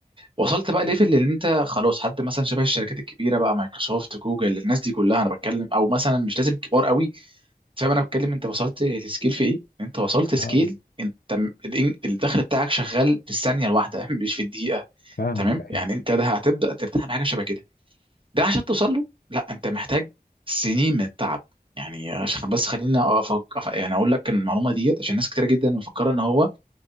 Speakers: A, on the right; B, on the left.
A: وصلت بقى ليفل اللي انت خلاص حد مثلا شبه الشركات الكبيره بقى مايكروسوفت جوجل الناس دي كلها انا بتكلم او مثلا مش لازم كبار قوي أنت فاهم انا بتكلم انت وصلت لسكيل في ايه انت وصلت سكيل
B: اه
A: انت م- الإن- الدخل بتاعك شغال في الثانيه الواحده <laughs> مش في الدقيقه
B: فاهمك
A: تمام
B: ايوه
A: يعني انت ده هتبدا ترتاح بحاجه شبه كده ده عشان توصل له لا انت محتاج سنين من التعب يعني عشان بس خلينا أفك... أف- يعني اقول لك المعلومه ديت عشان ناس كتير جدا مفكره ان هو